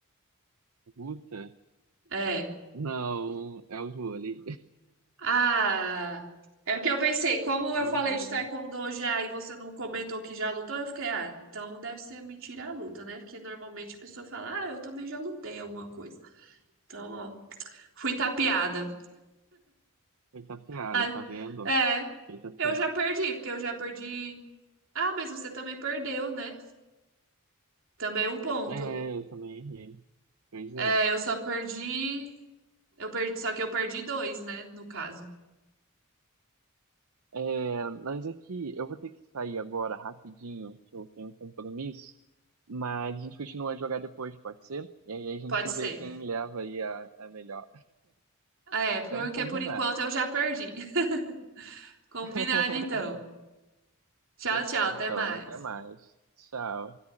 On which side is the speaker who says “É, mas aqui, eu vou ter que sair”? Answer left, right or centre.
Right